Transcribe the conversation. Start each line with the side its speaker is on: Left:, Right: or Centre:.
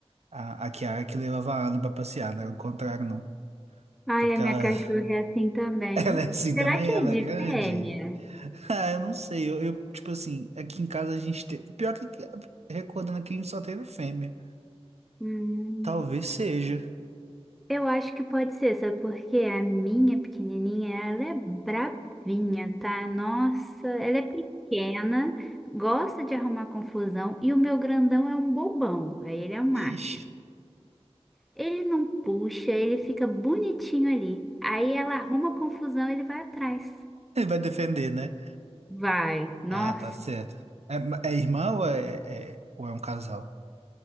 Right: a, a Kiara que levava a Ana pra passear, não era o contrário, não.
Centre: Ai,
Right: Porque
Centre: a minha
Right: ela,
Centre: cachorra é assim também.
Right: <laughs> ela é assim
Centre: Será
Right: também,
Centre: que
Right: ela
Centre: é de
Right: é grande.
Centre: fêmea?
Right: Ah, eu não sei. Eu, eu, tipo assim, aqui em casa a gente tem. Pior que que- recordando aqui, a gente só teve fêmea.
Centre: Hum,
Right: Talvez seja.
Centre: eu acho que pode ser, sabe porque a minha pequenininha, ela é bravinha, tá? Nossa, ela é pequena, gosta de arrumar confusão e o meu grandão é um bobão, aí ele é um macho.
Right: Ixi.
Centre: Ele não puxa, ele fica bonitinho ali. Aí ela arruma confusão, ele vai atrás.
Right: Ele vai defender, né?
Centre: Vai, nossa.
Right: Ah, tá certo. É, ma- é irmã ou é, é- ou é um casal?